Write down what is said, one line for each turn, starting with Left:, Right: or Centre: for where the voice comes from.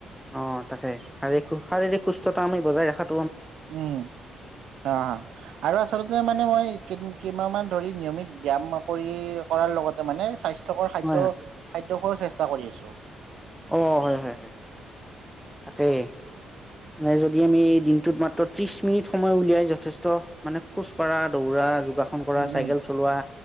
Centre: অ তাকে শাৰীক শাৰীৰিক সুস্থতা আমি বজাই ৰখাত।
Right: উম অ আৰু আচলতে মানে মই কেইমানান ন্যমিত ব্যায়াম কৰি কৰাৰ লগতে মানে স্বাস্থ্য খাদ্য
Centre: হয় হয়।
Right: খাদ্য খ্ৰেষ্ঠ চেষ্টা কৰি আছোঁ
Centre: অ হয় হয় হয় তাকে মানে যদি আমি এই দিনটোত মাত্ৰ ত্ৰিশ মিনিট সময় উলিয়াই যথেষ্ট মানে খোজ কঢ়া দৌৰা যোগাসন কৰা
Right: উম
Centre: চাইকেল
Right: উম
Centre: চলোৱা